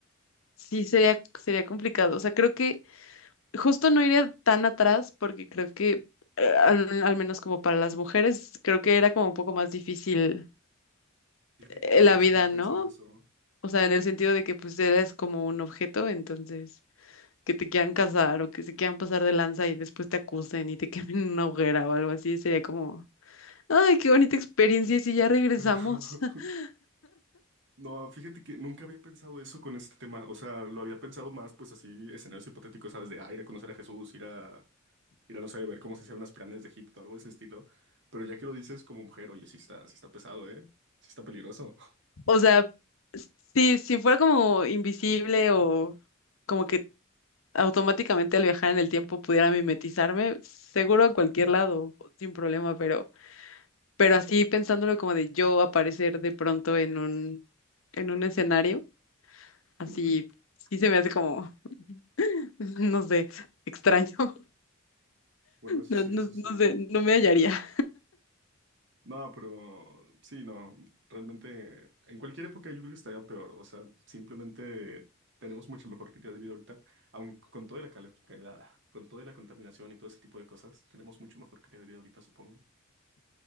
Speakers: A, on the left (about 70°); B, on the right (about 60°).
A: Sí, sería, sería complicado. O sea, creo que justo no iría tan atrás porque creo que, eh, al, al menos como para las mujeres, creo que era como un poco más difícil
B: Fíjate que
A: eh,
B: jamás
A: la vida,
B: había pensado
A: ¿no?
B: eso.
A: O sea, en el sentido de que pues eres como un objeto, entonces que te quieran casar o que se quieran pasar de lanza y después te acusen y te <laughs> quemen en una hoguera o algo así, sería como, ay, qué bonita experiencia, y si ya regresamos.
B: <laughs>
A: <laughs>
B: No, fíjate que nunca había pensado eso con este tema. O sea, lo había pensado más, pues así, escenarios hipotéticos, ¿sabes? De ah, ir a conocer a Jesús, ir a, ir a, no sé, ver cómo se hicieron las pirámides de Egipto, algo de ese estilo. Pero ya que lo dices como mujer, oye, sí está, sí está pesado, ¿eh? Sí está peligroso.
A: O sea, si, si fuera como invisible o como que automáticamente al viajar en el tiempo pudiera mimetizarme, seguro a cualquier lado, sin problema, pero, pero así pensándolo como de yo aparecer de pronto en un, en un escenario, así
B: <laughs>
A: sí se me hace como, <laughs> no sé, extraño, <laughs>
B: Bueno, eso
A: no,
B: sí,
A: no,
B: eso sí.
A: no sé, no me hallaría.
B: No, pero sí, no, realmente en cualquier época yo creo que estaría peor. O sea, simplemente tenemos mucho mejor calidad de vida ahorita, aun con toda la, cale- que la- con toda la contaminación y todo ese tipo de cosas, tenemos mucho mejor calidad de vida ahorita, supongo.